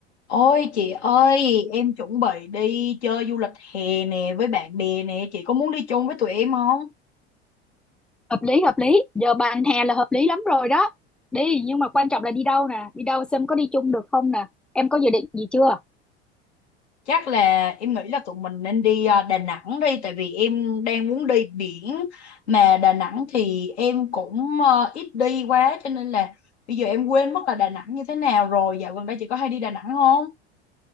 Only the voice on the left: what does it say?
Ôi chị ơi, em chuẩn bị đi chơi du lịch hè nè với bạn bè nè, chị có muốn đi chung với tụi em không?
Chắc là em nghĩ là tụi mình nên đi à, Đà Nẵng đi, tại vì em đang muốn đi biển, mà Đà Nẵng thì em cũng à, ít đi quá, cho nên là bây giờ em quên mất là Đà Nẵng như thế nào rồi. Dạo gần đây chị có hay đi Đà Nẵng không?